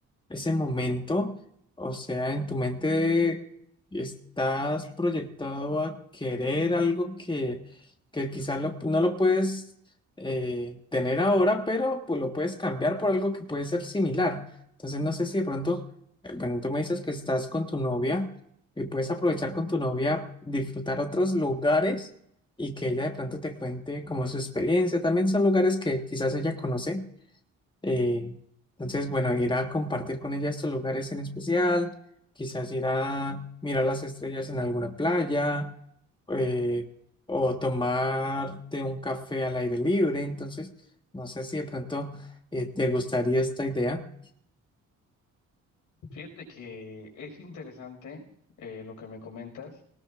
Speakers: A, on the left; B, on the left.
A: ese momento, o sea, en tu mente estás proyectado a querer algo que, que quizás lo- no lo puedes eh, tener ahora, pero pues lo puedes cambiar por algo que puede ser similar. Entonces, no sé si de pronto, eh, bueno, tú me dices que estás con tu novia y puedes aprovechar con tu novia, disfrutar otros lugares y que ella de pronto te cuente como su experiencia. También son lugares que quizás ella conoce eh, entonces, bueno, ir a compartir con ella estos lugares en especial, quizás ir a mirar las estrellas en alguna playa, eh, o tomarte un café al aire libre. Entonces, no sé si de pronto eh, te gustaría esta idea.
B: Fíjate que es interesante eh, lo que me comentas,